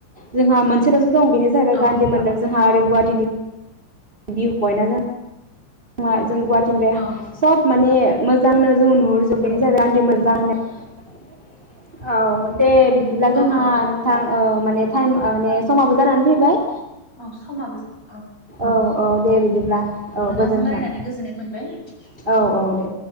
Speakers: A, on the right; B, on the left.
A: जोंहा मोनसेल'सो दं बेनो जाहैबाय
B: औ
A: गान्धी मोनदब जोंहा आरै। गुवाहाटिनि बिउ पइन्टआ ज म <unintelligible> जों गुवाहाटीनिफ्राय
B: औ
A: सब माने मोजांनो जों नुहुरजोबनो आदि <unintelligible> <unintelligible> औ दे बिदिब्ला
B: औ
A: जोंहा
B: औ
A: नोंथां ओ- माने टाइम माने समाबो जानानै फैबाय।
B: औ समाबो औ
A: औ दे
B: औ नोंथांजों
A: बिदिब्ला औ गोजोन्थों
B: रायलायनानै गोजोननाय मोनबाय।
A: औ औ दे